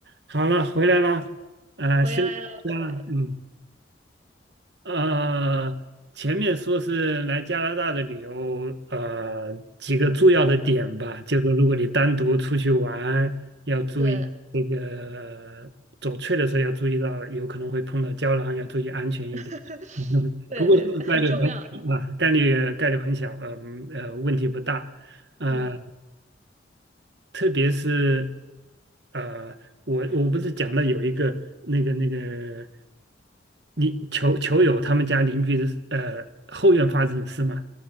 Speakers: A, on the right (about 60°); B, on the right (about 40°).
A: 好了，回来了，嗯，
B: 回来了，
A: 休息一下了，
B: 回来了，
A: 嗯。呃，前面说是来加拿大的旅游，呃，几个重要的点吧，就是如果你单独出去玩，要注意这个走翠的时候要注意到，
B: 对，
A: 有可能会碰到胶囊，要注意安全一点。
B: <laughs>
A: 嗯不过这个概率很小啊，
B: 对对对，很重要。
A: 概率概率很小，嗯呃，问题不大，呃，
B: 嗯
A: 特别是呃，我我不是讲到有一个那个那个。你球球友他们家邻居的呃后院发生的事嘛，